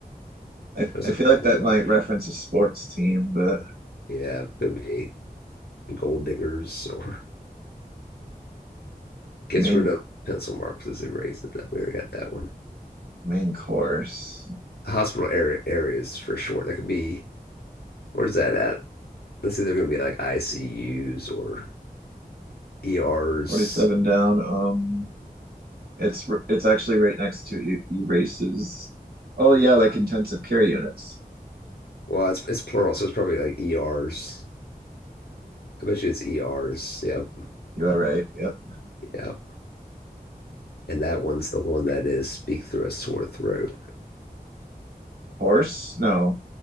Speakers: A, on the right; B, on the left.
A: I,
B: There's
A: I
B: a
A: feel
B: gold
A: like that
B: rush.
A: might reference a sports team, but
B: Yeah, could be gold diggers or <laughs> gets
A: main
B: rid of pencil marks as they erase it. We already got that one.
A: main course
B: Hospital area areas for short. That could be where's that at? Let's say they're going to be like ICUs or ERs.
A: 47 down. Um, it's r- it's actually right next to you. You races. Oh yeah, like
B: Uh,
A: intensive care units.
B: well, it's it's plural, so it's probably like ERs. I bet you it's ERs. Yep,
A: You are right. Yep.
B: yep. And that one's the one that is speak through a sore throat.
A: Horse? No.